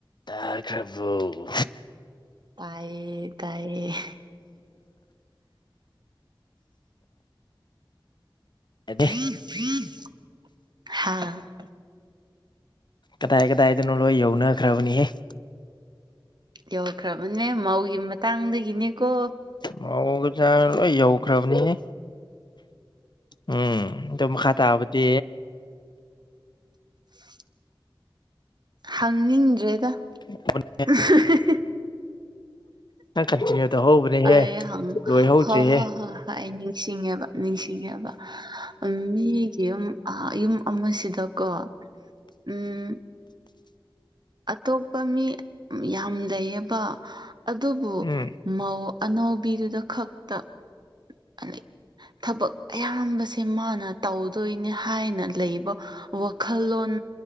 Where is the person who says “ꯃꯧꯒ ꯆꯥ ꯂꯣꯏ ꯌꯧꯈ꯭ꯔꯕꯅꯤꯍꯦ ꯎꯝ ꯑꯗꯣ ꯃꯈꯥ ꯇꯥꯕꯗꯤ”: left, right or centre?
Left